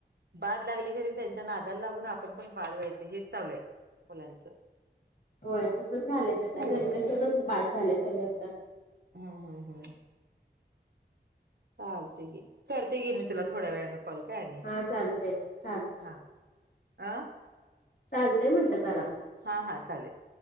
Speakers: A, on the right; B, on the left.
A: बाद लागली करी त्यांच्या नादाला लागून आपण पण बाद व्हायच. हे चालू आहे मुलांचं.
B: होय तसंच झालंय आता
A: झालं
B: जनरेशनच
A: काका
B: बाद झालंय सगळ आता.
A: हम हम हम. चालतय की. करते गे मी तुला
B: हम्म.
A: थोड्या वेळनें कॉल काय
B: हा चालतय चाल
A: हा अ.
B: चालतंय म्हटलं करा.
A: हा हा चालेल.